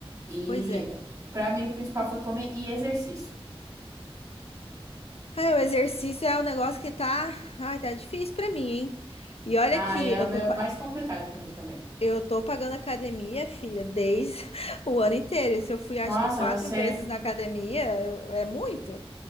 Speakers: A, on the right; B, on the left.
A: E
B: pois é.
A: pra mim o principal foi comer e exercício.
B: Ai, o exercício é um negócio que tá, ai, tá difícil pra mim, hein? E olha
A: Ah,
B: que
A: é
B: eu
A: o
B: tô,
A: meu mais complicado pra mim também.
B: Eu tô pagando academia, filha, desde <laughs> o ano inteiro. E Se eu fui, acho
A: Nossa,
B: que quatro
A: você
B: vezes na academia, eu- é muito?